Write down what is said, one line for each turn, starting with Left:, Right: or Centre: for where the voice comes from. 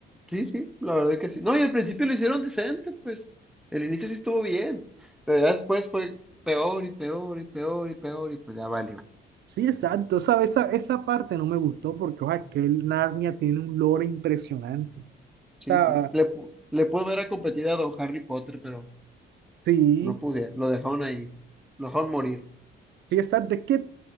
Centre: Sí, sí, la verdad que sí. No, y al principio lo hicieron decente, pues. El inicio sí estuvo bien, pero ya después fue peor y peor y peor y peor y pues ya valió.
Right: Sí, exacto. sabes esa, esa parte no me gustó porque, o sea, que el Narnia tiene un lore impresionante. O
Centre: Sí,
Right: sea,
Centre: sí. Le, pu- le pudo haber competido a Don Harry Potter, pero
Right: sí,
Centre: no pude. Lo dejaron ahí. Lo dejaron morir.
Right: sí, exacto. Es que